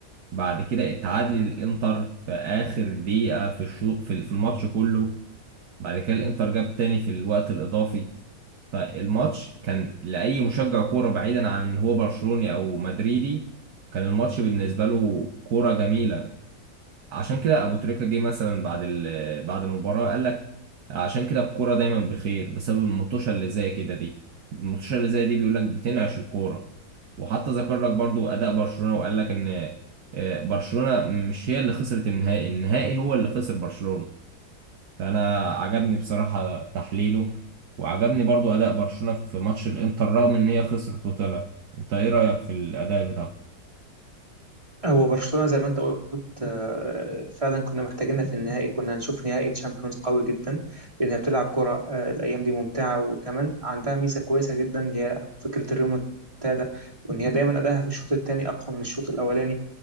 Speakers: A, on the right; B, on the right.
A: بعد كده اتعادل الإنتر في آخر دقيقة في الشوط في في الماتش كله بعد كده الانتر جاب تاني في الوقت الاضافي فالماتش كان لاي مشجع كوره بعيدا عن ان هو برشلوني او مدريدي كان الماتش بالنسبه له كوره جميله عشان كده ابو تريكه جه مثلا بعد ال- بعد المباراه قال لك عشان كده الكوره دايما بخير بسبب المطوشه اللي زي كده دي المطوشه اللي زي دي بيقول لك بتنعش الكوره وحتى ذكر لك برضو اداء برشلونه وقال لك ان آه، برشلونه مش هي اللي خسرت النهائي النهائي هو اللي خسر برشلونه فانا عجبني بصراحة تحليله وعجبني برضو اداء برشلونة في ماتش الانتر رغم ان هي خسرت وطلعت انت ايه رأيك في الاداء بتاعه
B: هو برشلونة زي ما انت قلت آه، فعلا كنا محتاجينها في النهائي كنا هنشوف نهائي تشامبيونز قوي جدا لأنها بتلعب كرة آه، الأيام دي ممتعة وكمان عندها ميزة كويسة جدا اللي هي فكرة الريمونتادا وإن هي دايما أداها في الشوط الثاني أقوى من الشوط الأولاني